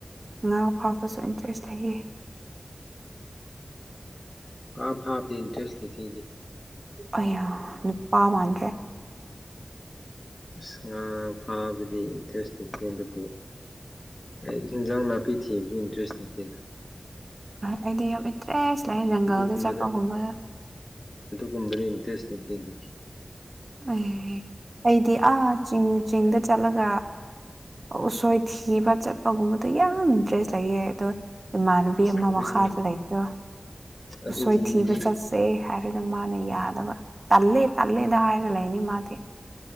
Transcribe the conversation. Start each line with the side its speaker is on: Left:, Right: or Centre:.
Right: ꯉ ꯐꯥꯕꯁꯨ ꯏꯟꯇꯔꯦꯁ ꯂꯩꯌꯦ
Left: ꯃꯥ ꯐꯥꯕꯗꯦ ꯏꯟꯇꯔꯦꯁ ꯂꯩꯇꯦꯗꯤ
Right: ꯑ ꯅꯨꯄꯥ ꯃꯥꯟꯗ꯭ꯔꯦ
Left: ꯑꯁ ꯉꯥ ꯐꯥꯕꯗꯤ ꯏꯟꯇꯔꯦꯁ ꯂꯩꯇꯦ ꯑꯗꯨꯕꯨ ꯑꯩ ꯌꯦꯟꯖꯥꯡ ꯅꯥꯄꯤ ꯊꯤꯕꯁꯨ ꯏꯟꯇꯔꯦꯁ ꯂꯩꯇꯦꯗ
Right: ꯍ ꯑꯩꯗꯤ ꯌꯥꯝ ꯏꯇ꯭ꯔꯦ ꯁꯤꯂꯥꯏ ꯖꯪꯒꯜꯗ
Left: ꯑꯗꯨꯒꯨꯝꯕꯗ
Right: ꯆꯠꯄꯒꯨꯝꯕꯗ
Left: ꯑꯗꯨꯒꯨꯝꯕꯗ ꯏꯟꯇꯔꯦꯁ ꯅꯇꯦꯗꯤ
Right: ꯑꯦ ꯑꯩꯗꯤ ꯑꯥ ꯆꯤꯡꯗ ꯆꯠꯂꯒ ꯎꯁꯣꯏꯊꯤꯕ ꯆꯠꯄꯒꯨꯝꯕꯗꯣ ꯌꯥꯝ ꯏꯟꯇꯔꯦꯁ ꯂꯩꯌꯦ ꯑꯗꯣ ꯏꯃꯥꯟꯅꯕꯤ ꯑꯃ
Left: ꯑꯗꯨꯒꯨꯝ
Right: ꯃꯈꯥꯗ ꯂꯩꯕꯤꯔꯣ
Left: ꯑꯗꯨꯒꯨꯝꯕꯗꯤ
Right: ꯎꯁꯣꯏꯊꯤꯕ ꯆꯠꯁꯦ ꯍꯥꯏꯔꯅ ꯃꯥꯅ ꯌꯥꯗꯕ ꯇꯜꯦ ꯇꯂꯦꯗ ꯍꯥꯏꯔꯂ ꯏꯅꯤ ꯃꯥꯇꯦ